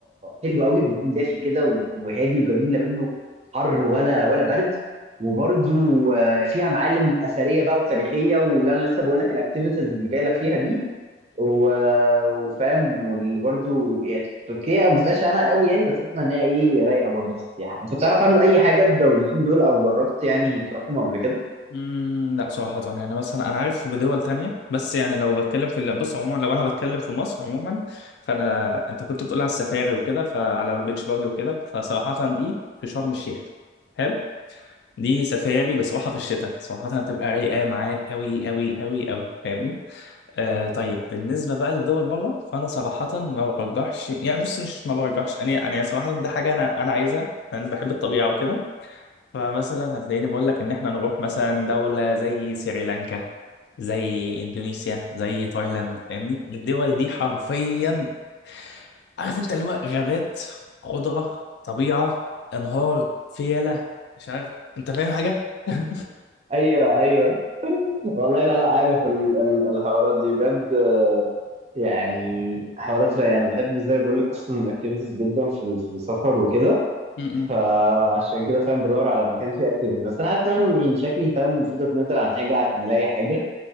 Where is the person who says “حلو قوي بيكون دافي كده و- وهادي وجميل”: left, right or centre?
Right